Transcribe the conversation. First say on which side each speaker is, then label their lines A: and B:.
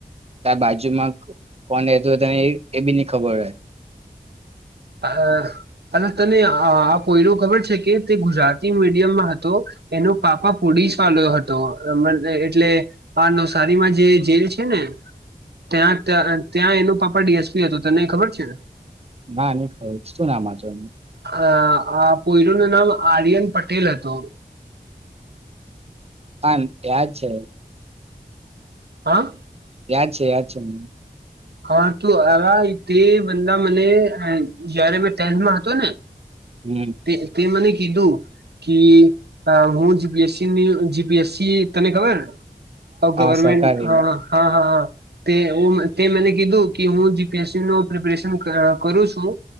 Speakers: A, on the right (about 40°); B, on the right (about 85°).
A: ત્યા બાજુમાં કોણ રેતું તને એ બી ની ખબર હોય.
B: હા. અલા તને આ કોયડું ખબર છે કે તે ગુજરાતી મીડિયમમાં હતો એનો પાપા પાડી શું વાંધો હતો <unintelligible> એટલે આ નવસારીમાં જે જેલ છે ને. ત્યાં ત્યાં એનું પાપા ડી એસ પી હતું તને ખબર છે.
A: ના ની ખબર શું નામ હતે.
B: અ આ પોયરો નું નામ આર્યન પટેલ હતો.
A: આ ત્યાંજ છે.
B: હા
A: યાદ છે યાદ છે મ
B: હા તું આ તે બા મને જયારે મે ટેન્થમાં હતો ને
A: હમ
B: તે તે મને કીધું કે હું જીપીએસસી જીપીએસસી તને ખબર ગવર્મેન્ટ
A: હા સરકારી
B: હા હા હા હા તે તે મેને કીધું કે હું જીપીએસસી ન પ્રિપેરેશન કરું છું